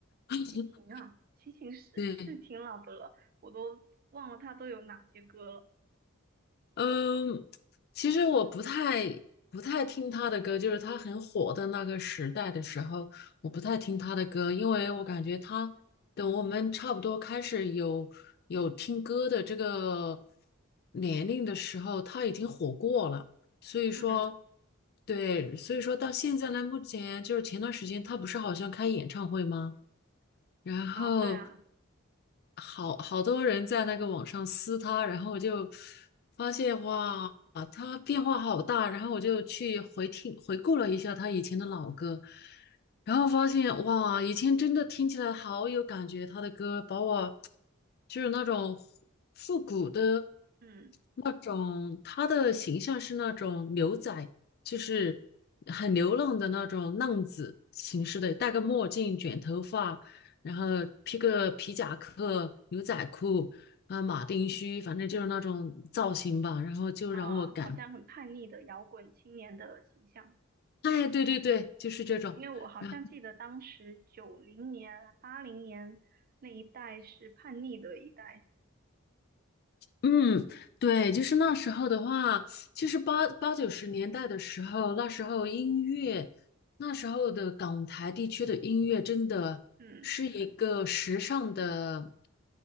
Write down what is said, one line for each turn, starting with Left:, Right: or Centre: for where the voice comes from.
Left: <laughs>
Right: 齐秦啊，齐秦是是挺老的了，
Left: 对，
Right: 我都忘了他都有哪些歌了。
Left: 嗯，其实我不太不太听他的歌，就是他很火的那个时代的时候，我不太听他的歌，因为我感觉他等我们差不多开始有有听歌的这个年龄的时候，他已经火过了。所以说，
Right: 嗯
Left: 对，所以说到现在呢，目前就是前段时间他不是好像开演唱会吗？然后
Right: 啊，对啊，
Left: 好好多人在那个网上撕他，然后我就发现哇，啊他变化好大，然后我就去回听回顾了一下他以前的老歌，然后发现哇，以前真的听起来好有感觉，他的歌把我就是那种复古的
Right: 嗯
Left: 那种，他的形象是那种牛仔，就是很流浪的那种浪子形式的，戴个墨镜，卷头发。然后披个皮夹克、牛仔裤啊、马丁靴，
Right: 嗯
Left: 反正就是那种造型吧。然后就让我感，
Right: 啊，好像很叛逆的摇滚青年的形象，
Left: 哎，对对对，就是这种。
Right: 因为我好像记得当时九零年啊、
Left: 然后，
Right: 八零年那一代是叛逆的一代，
Left: 嗯，对，就是那时候的话，其实八八九十年代的时候，那时候音乐，那时候的港台地区的音乐真的是一个时尚的，
Right: 嗯，